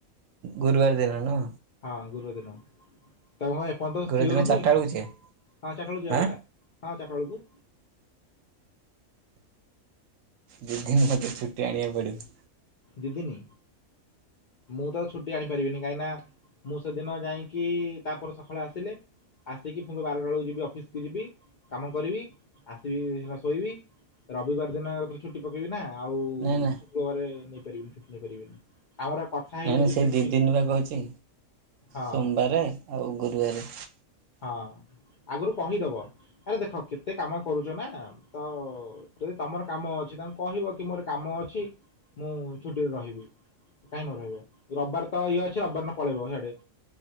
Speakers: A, on the right (about 70°); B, on the left (about 65°).
A: ଗୁରୁବାର ଦିନ ନୁହଁ?
B: ହଁ ଗୁରୁବାର ଦିନ ତାଙ୍କ କଣ ଏପର୍ଯ୍ୟନ୍ତ
A: ଗୁରୁବାର
B: ସିଓର
A: ଦିନ
B: ନୁହେଁ
A: ଚାରିଟା ବେଳକୁ
B: କି
A: ଯିବା
B: ହଁ ଚାେଳକୁ ଯବା।
A: ଆଁ।
B: ହଁ ଚାଟା ବେଳକୁ।
A: ଦୁଇ ଦିନ ମୋତେ ଛୁଟି ଆଣିବାକୁ ପଡ଼ିବ।
B: ଦି ଦିନି ମୁଁ ତ ଛୁଟି ଆଣିପାରିବିନି କାହିଁକି ନା ମୁଁ ସେଦିନ ଯାଇକି ତାପରେ ସକାଳେ ଆସିଲେ ଆସିକି ପୁଣି ବାରଟ ବେଳକୁ ଯିବି ଅଫିସକ ଯିବି କାମ କରିବି ଆସିବିନା ଶୋଇବି ରବିବାର ଦିନ ଛୁଟି ପକେଇବି ନା ଆଉ
A: ନା ନା
B: ଶୁକ୍ରବାର ନେଇପାରିବିନି ୁଟି ନେଇ ପାରିବିନି ଆମର ହେଇଯାଇଛୁ
A: ନାଇଁ ନାାଇଁ ସେ ଦୁଇ
B: ଝି
A: ଦିନ ବା କହୁଛି
B: ହଁ
A: ସୋମବାର ଆଉ ଗୁରୁବାର
B: ହଁ ଆଗରୁ କହିଦବ ଆରେ ଦେଖ କେତେ କାମ କରୁଛ ନା ତ ଯଦି ତମର କାମ ଅଛି ତାଙ୍କୁ କହିବ କି ମୋର କାମ ଅଛି ମୁଁ ଛୁଟିରେ ରହିବି। କାହିଁ ନ ରହିବ ରବିବାର ତ ଇଏ ଅଛି ରବିବାର ନା ପଳେଇବ ସେଆଡେ